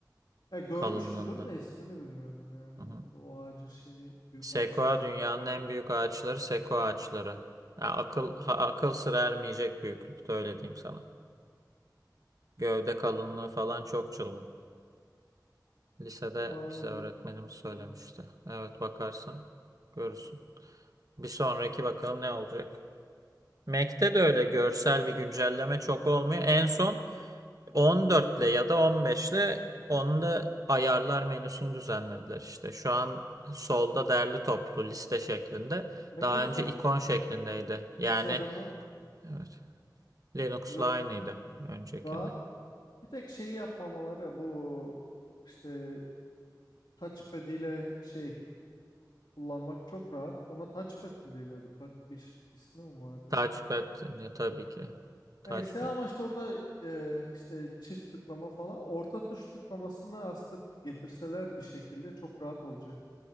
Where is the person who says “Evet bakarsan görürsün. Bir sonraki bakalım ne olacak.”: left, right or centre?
Right